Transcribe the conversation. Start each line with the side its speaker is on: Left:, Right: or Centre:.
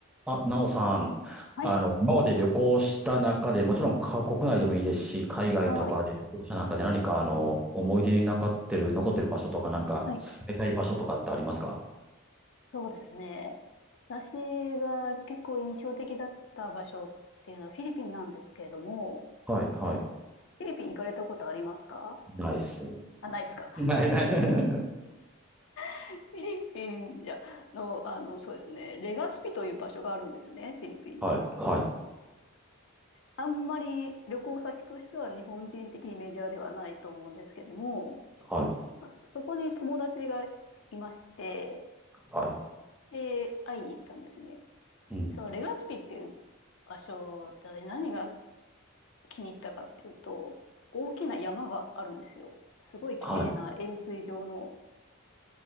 Centre: あ、なおさん、
Left: はい、
Centre: あの、今まで旅行した中で、もちろんか国内でもいいですし、海外とかで旅行した中で何か、
Left: はい、
Centre: あの、思い出に残ってる、残ってる場所とか、なんか、
Left: はい、
Centre: 進めたい場所とかってありますか
Left: そうですね。私が結構印象的だった場所っていうのはフィリピンなんですけれども、
Centre: はい、はい。
Left: フィリピン行かれたことありますか
Centre: ナイス。
Left: あ、ないですか。
Centre: ない、ナイス。<laughs>
Left: <laughs> フィリピンじゃの、あの、そうですね、レガスピという場所があるんですね、フィリピンに。
Centre: はい、はい、
Left: あんまり旅行先としては日本人的にメジャーではないと思うんですけども、
Centre: はい、
Left: そそこに友達がいまして、
Centre: はい。
Left: で、会いに行ったんですね。
Centre: うん。
Left: そのレガスピっていう場所で私何が気に入ったかっていうと大きな山があるんですよすごい綺麗な円錐状の
Centre: はい。